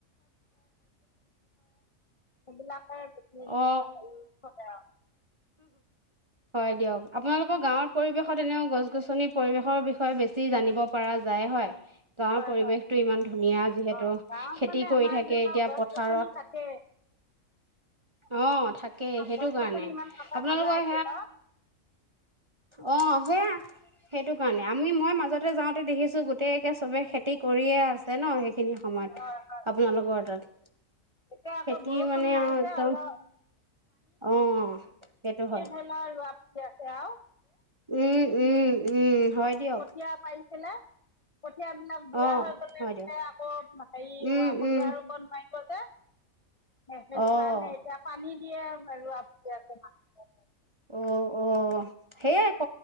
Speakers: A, on the left; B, on the right.
A: সেইবিলাকে বেছি
B: অ
A: হেৰী থাকে আও।
B: হয় দিয়ক। আপোনালোকৰ গাঁৱৰ পৰিৱেশত এনেও গছ গছনিৰ পৰিৱেশৰ বিষয়ে বেছি জানিব পৰা যায় হয়। গাঁৱৰ
A: হয়
B: পৰিৱেশতটো
A: হয়
B: ইমান ধুনীয়া যিহেতু,
A: অ গাঁৱত
B: খেতি
A: মানে
B: কৰি
A: আমাৰ
B: থাকে
A: ধৰি লওক
B: এতিয়া
A: গছ
B: পথাৰত।
A: গছনি থাকে
B: অঁ, থাকে সেইটো
A: গছ
B: কাৰণে।
A: <unintelligible>
B: আপোনালোকৰ অঁ, সেয়াই। সেইটো কাৰণে, আমি মই মাজতে যাওঁতে দেখিছোঁ গোটেইকে চবে খেতি কৰিয়ে আছে ন সেই খিনিসময়ত
A: হয় হয়
B: আপোনালোকৰ তাত।
A: এতিয়া আকৌ
B: খেতি
A: বৰষুণ
B: মানে
A: নাই
B: আও একদম
A: যে অলপ
B: অঁ। সেইটো হয়।
A: <inaudible> এ কঠীয়া
B: উম উম উম হয় দিয়ক
A: কঠীয়া পাৰিচিলে কঠিয়াবিলাক বুঢ়া
B: অ
A: হৈ গলে
B: হয় দিয়ক
A: যে আকৌ হেৰি
B: উম
A: আকৌ
B: উম
A: ৰোৱা ৰুব নোৱাৰিম। ক যে সেইটো
B: অ
A: কাৰণে এতিয়া পানী দিয়ে ৰোৱা পীয়াকে মা। <unintelligible>
B: অ', অ, সেয়ে ক